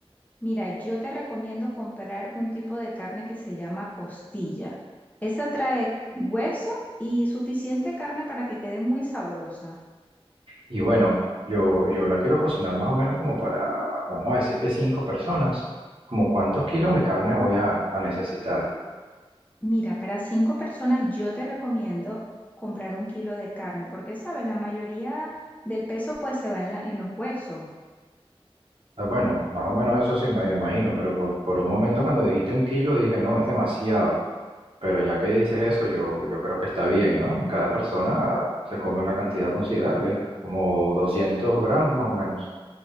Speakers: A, on the left (about 15°); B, on the right (about 60°).
A: Mira, yo te recomiendo comprar un tipo de carne que se llama costilla. Esa trae hueso y suficiente carne para que quede muy sabrosa.
B: Y bueno, yo, yo la quiero cocinar más o menos como para, vamos a decir que cinco personas, como cuántos kilos de carne voy a, a necesitar.
A: Mira, para cinco personas yo te recomiendo comprar un kilo de carne, porque sabes, la mayoría del peso pues se va en, la- en los huesos.
B: Ah, Bueno, más o menos eso sí me imagino, pero por, por un momento cuando dijiste un kilo dije, no, es demasiado. Pero ya que dices eso, yo, yo creo que está bien, ¿no? Cada persona se come una cantidad considerable, como 200 gramos más o menos.